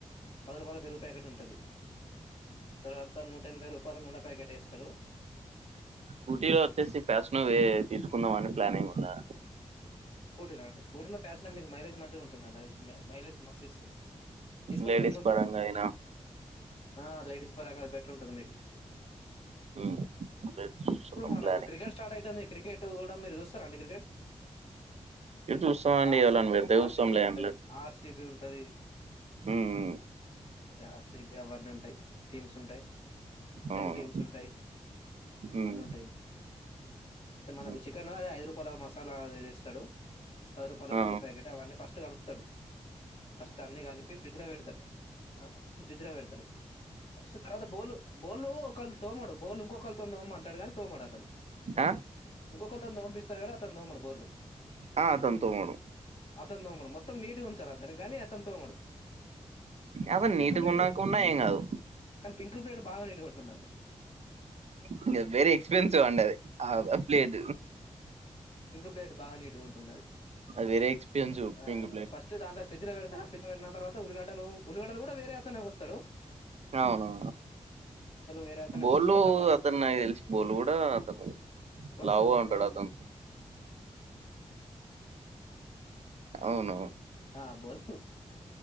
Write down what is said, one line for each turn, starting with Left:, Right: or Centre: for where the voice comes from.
Left: పది రూపాల పెరుగు ప్యాకెట్ ఉంటది తరువాత నూట ఎనభై రూపాల నూనె ప్యాకెట్ ఏస్తాడు
Right: స్కూటీలో వచ్చేసి ఫ్యాషన్ తీసుకుందాం అని ప్లానింగ్ ఉన్నా
Left: స్కూటీనా అండి స్కూటీలో ఫ్యాషన్ మీకు మైలేజ్ మంచిగుంటుందండి అది మైలేజ్ మస్ ఇస్తుంది తీసుకోవడం
Right: లేడీస్
Left: బెటర్ ఉంటుంది
Right: పరంగా
Left: అది మీ
Right: అయినా
Left: ఆ లేడీస్ పరంగా అది బెటర్ ఉంటుంది మీకు
Right: ఉమ్, అదే చూస్తున్నాం
Left: ఇప్పుడు మనకు
Right: ప్లానింగ్
Left: క్రికెట్ స్టార్ట్ అయితంది క్రికెట్ కూడా మీరు చూస్తారా అండి క్రికెట్
Right: ఇది చూస్తాం
Left: ఇప్పుడు
Right: అండి
Left: ఆర్సిబి
Right: ఎవళని పెడితే
Left: ఆర్సిబి
Right: చూస్తాంలే
Left: ఉంటది
Right: అండ్లే
Left: ఆర్సిబి ఉం అది
Right: ఉమ్
Left: అదే ఆర్సిబి అవన్నీ ఉంటాయి టీమ్స్ ఉంటాయి టెన్
Right: అవును
Left: టీమ్స్ ఉంటాయి అవ్వనుంటాయి
Right: ఉమ్
Left: టే మనకు
Right: ఉమ్,
Left: చికెన్ అదే ఐదు రూపాయల మసాలా వేస్ స్తడు పది రూపాయల
Right: ఆ
Left: పెరుగు ప్యాకెట్ అవ్వన్నీ ఫస్ట్ కలుపుతడు ఫస్ట్ అన్ని కలిపి ఫ్రిడ్జ్ ల పెడతారు ఫ్రిడ్జ్ ల పెడతారు ఫస్ట్ తర్వాత బోల్ బొల్లూ ఒకళ్ళు తోమాడు బోల్ ఇంకొకళ్ళు తోని తోమన్నటాడు కానీ తోమడు అతను
Right: ఆ
Left: ఇంకొకళ్ళ తోన్ తొమిపిస్తాడు కానీ అతను తోమడు బొల్లు
Right: ఆ అతను తోమడు
Left: అతన్ తోమడు మొత్తం నీట్గా ఉంచాల అతనుక్ గాని అతను తోమడు ఇంకోటి
Right: అవ నీటిగా
Left: పింక్ ప్లేట్
Right: ఉన్నాకుండా ఏం కాదు
Left: కానీ పింక్ పియడ్ బాగా నీట్ గుంటుందండి
Right: ఇంగ వేరీ ఎక్స్పెన్సివ్ అండది ఆ ప్లేట్
Left: పింక్ ప్లేట్ బాగా నీటిగుంటుంది అది
Right: అది వెరీ ఎక్స్పెన్సివ్
Left: ఆ
Right: పింక్ ప్లేట్
Left: ఫస్ట్ దాంట్లో ఫ్రిజ్ లో పెడతా ఫ్రిజ్ లో పెట్టిన తర్వాత ఉల్లిగడ్డలు ఉల్లిగడలు కూడా వేరే అతనే కోస్తడు
Right: ఆ అవును
Left: వేరే అతనే
Right: బోలు
Left: కోస్తాడు టమాటాలు
Right: అతను నాక్ తెలిసి బోల్ కూడా అతను
Left: తోమడు
Right: లావుగా
Left: బోల్ కూడా
Right: ఉంటాడు
Left: తోమడు
Right: అతను అవునవున్
Left: ఆ బోలు